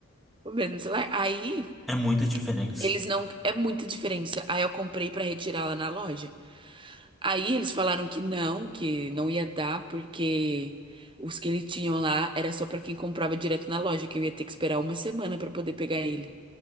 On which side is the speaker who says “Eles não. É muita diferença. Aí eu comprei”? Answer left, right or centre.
Right